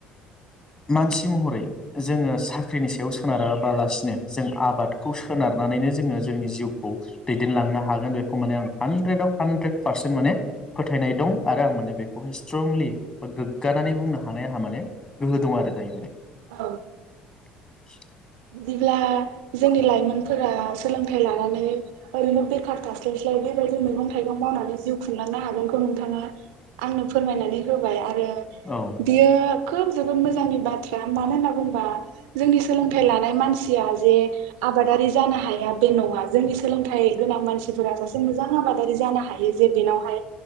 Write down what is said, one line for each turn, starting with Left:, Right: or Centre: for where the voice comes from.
Left: मानसि महरै जोङो साख्रिनि सायाव सोनाराबालासिनो जों आबादखौ सोनारनानैनो जोंङो जोंनि जिउखौ दैदेन लांनो हागोन बेखौ माने आं ह्राद्रेद आव ह्रानद्रेद पारसेन माने फोथायनाय दं आरो आं माने बेखौहाय स्ट्रंलि गोग्गानानैनानै बुं हानायहा माने गोहो दं आरो दायो माने
Right: औ।
Left: <inaudible>
Right: बिदिब्ला जोंनि लाइमोन- फोर सोलोंथाइ लानानै ओरैनो बेखार थास्लायस्लाय बेबायदि मैगं थाइगं मावनानै जिउ खुंलांनो हागोनखौ नोंथाङा आंनो फोरमायनानै होबाय आरो आरो
Left: औ
Right: बियो खोब जोबोद मोजांनि बाथ्रा मानो होनना बुंबा जोंनि सोलोंथाय लानाय मानसिया जे आबादारि जानो हाया बे न नङा जोंनि सोलोंथाइ गोनां मानसिफोरा सासे मोजां आबादारि जानो हायो जे बेनावहाय